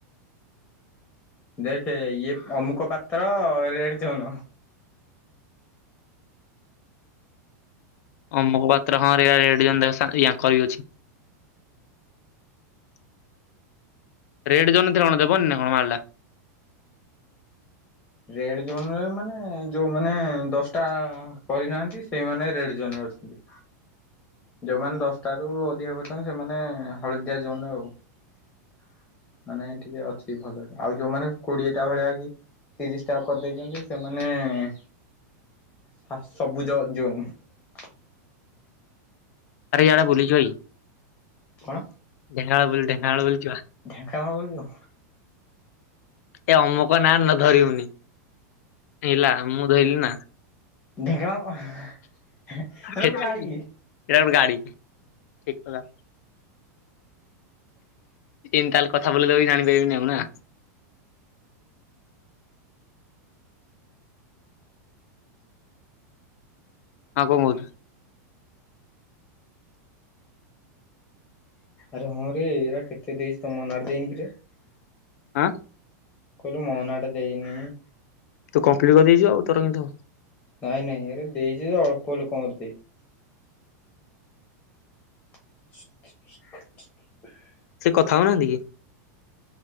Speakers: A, on the left; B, on the left.
A: ଦେଖେ ଇଏ ଅମୁକ ପାତ୍ର ରେଡ୍‌ ଜୋନ ।
B: ଅମୁକ ପାତ୍ର ହଁ ରେଡ ଜୋନ୍ ୟାଙ୍କର ବି ଅଛି <inaudible> ରେଡ ଜୋନରେଣ ଦେବନି ନା କଣ ମାରିଲା। <inaudible>
A: ରେଡ ଜୋନରେ ମାନେ ଯୋଉ ମାନେ ଦଶଟା କରିନାହାନ୍ତି ସେଇମାନେ ରେଡ ଜୋନରେ ଅଛନ୍ତି। ଯୋଉମାନେ ଦଶଟ ରୁ ଅଧିକ କରିଛନ୍ତି ସେମାନେ ହଳଦିଆ ଜୋନରେ ଆଉ । ମାନେ ଟିକେ ଅଛି ଭଲରେ ଆଉ ଯୋଉମାନେ କୋଡିଏଟା ଭଳିଆ କି? ତିରିଶ ଟା କରିଦେଇଛନ୍ତି। ସେମାନେ ଏ ସାସ ସବୁଜ ଜୋନ ।
B: ଆରେ ଇୟାଡେ ବୁଝିଛ କି?
A: କଣ?
B: <unintelligible>
A: ଢେଙ୍କାନାଳ ବୁଲିଯିବୁ।
B: ଏ ଅମକ ନା ନ ଧରିବୁନି ହେଲା ମୁଁ ଧରିଲି ନା ।
A: ଢେଙ୍କାଳ ହେଇଟା ଗୋଟେ
B: ଏଇଟା
A: ଗାଡି।
B: ଗୋଟେ ଗାଡି ଠିକ କଥା ଏମିତି ତାହେଲେ କଥା ବୋଲି ଦେବି ଜାଣିବୁ। ହେଇନି ଆଉ ନା । ଆଉ କଣ କହୁଛୁ?
A: ଆରେ ହଁ ରେ ଏଇରା କେତେ ଦେଇଛି ତମ ଦେଇନି କିରେ?
B: ଆଁ ।
A: କଇଲୁ ମୋ ନାଆଁଟା ଦେଇନି। <unintelligible>
B: ତୁ କମ୍ପ୍ଲିଟ କରିଦେଇଛୁ ଆଉ ତୋର କେମତି ହବ ।
A: ନାଇଁ ନାଇଁ ଏରେ ଦେଇଛି ଯେ ଅଳ୍ପ ଲୋକଙ୍କର ଦେଇଛି । <inaudible>
B: ସେ କଥା ହଉନାହାନ୍ତି କି?